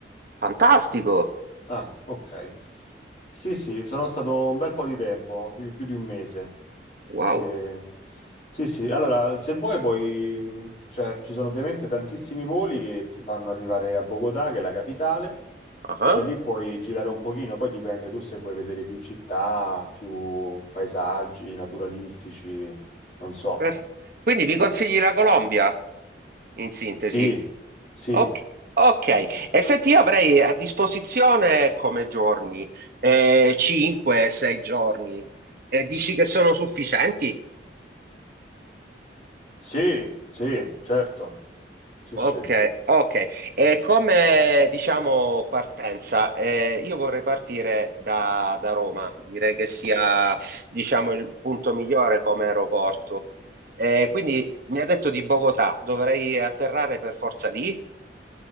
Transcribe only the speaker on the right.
Fantastico!
Wow.
Ah,
per- Quindi mi consigli la Colombia, in sintesi.
Ok. Ok. E senti, io avrei a disposizione come giorni, 5-6 giorni. E dici che sono sufficienti?
Ok,
ok. E come diciamo partenza, eh, io vorrei partire da, da Roma, direi che sia diciamo il punto migliore come aeroporto. Eh, quindi mi ha detto di Bogotà, dovrei atterrare per forza lì?